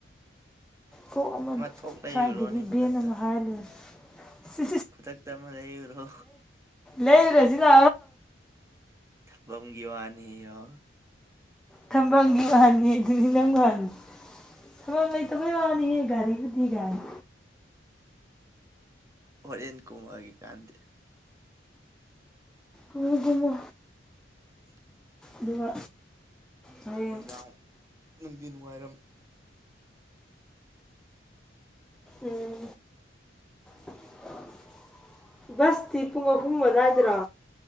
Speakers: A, in the centre; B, on the right.
A: ꯀꯣꯛ ꯑꯃ
B: ꯊꯣꯛ ꯂꯩꯔꯨꯔꯣꯅꯦ
A: ꯁ꯭ꯋꯥꯏꯗꯒꯤ
B: ꯈꯨꯗꯛꯇ
A: ꯚꯦꯟ ꯑꯃ ꯍꯥꯏꯔꯂꯦ ꯁꯤ
B: ꯈꯨꯗꯛꯇ ꯑꯃ ꯂꯩ ꯌꯨꯔꯣ
A: ꯂꯩꯔꯦꯁꯤꯗ
B: ꯊꯪ ꯒꯤꯋꯥꯅꯤ ꯌ
A: ꯊꯝꯕꯥꯜꯒꯤ ꯋꯥꯍꯟꯅꯤ ꯑꯗꯨꯗꯤ ꯅꯪ ꯋꯥꯍꯅꯤ ꯊꯇꯕꯨꯣꯏ ꯑꯅꯤꯒꯒꯥꯔꯤꯕꯨꯗꯤꯒꯒꯥꯅꯤ
B: ꯍꯣꯔꯦꯟ ꯀꯨꯝꯃꯒꯤ ꯀꯥꯟꯗ
A: ꯔꯨꯗꯤꯃꯣ
B: ꯎ
A: ꯑꯗꯨꯒ ꯍꯌꯦꯡ
B: ꯅꯨꯡꯗ ꯅꯨꯡꯗꯤ ꯅꯨꯡꯉꯥꯏꯔꯝ
A: ꯎꯝ <inaudible> ꯕꯁꯇꯤ ꯄꯨꯡ ꯑꯍꯨꯝ ꯑꯃꯏꯗ꯭ꯔꯥ